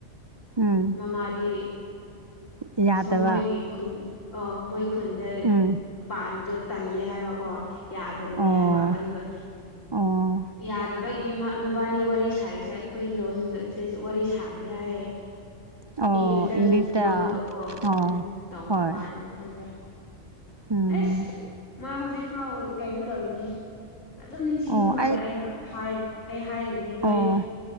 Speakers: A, on the right (about 30°); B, on the left (about 85°).
A: ꯎꯝ
B: ꯃꯃꯥꯗꯤ
A: ꯌꯥꯗꯕ
B: ꯁꯣ ꯃꯣꯏꯒꯤ ꯈꯨꯜ ꯑꯣ ꯃꯣꯏ ꯈꯨꯟꯗ
A: ꯎꯝ
B: ꯄꯥꯝꯕꯗꯣ ꯇꯜꯂꯦ ꯍꯥꯏꯕꯀꯣ ꯌꯥꯗꯕꯅꯤ
A: ꯑꯣ
B: ꯍꯥꯏꯕ ꯑꯗꯨꯒ
A: ꯑꯣ
B: ꯌꯥꯗꯕ ꯃꯕꯥꯅꯤ ꯋꯥꯔꯤ ꯁꯥꯔꯤꯁꯦ ꯑꯩꯈꯣꯏ ꯂꯣꯟꯒꯁꯦ ꯋꯥꯔꯤ ꯁꯥꯗ꯭ꯔꯦ ꯍꯥꯏꯌꯦ
A: ꯑꯣ
B: ꯏꯂꯖꯉ
A: ꯏꯪꯂꯤꯁꯇ
B: ꯂꯣꯜꯂꯒꯀꯣ
A: ꯑꯣ
B: ꯎꯝ ꯇꯧꯕ
A: ꯍꯣꯏ
B: ꯃꯥꯜꯂꯦ ꯈꯝꯕ꯭ꯔꯥ
A: ꯎꯝ
B: ꯑꯦꯁ ꯃꯥ ꯍꯧꯖꯤꯛꯐꯥꯎ ꯀꯩꯅꯣ ꯇꯧꯔꯤꯅꯦ ꯑꯗꯨꯝ ꯅꯤꯡꯁꯤꯡ
A: ꯑꯣ
B: ꯃꯥꯜꯂꯦ
A: ꯑꯩ
B: ꯑꯩꯅ ꯍꯥꯏꯔꯦ ꯑꯩ ꯍꯥꯏꯔꯤꯅꯦ ꯅꯣꯏ
A: ꯑꯣ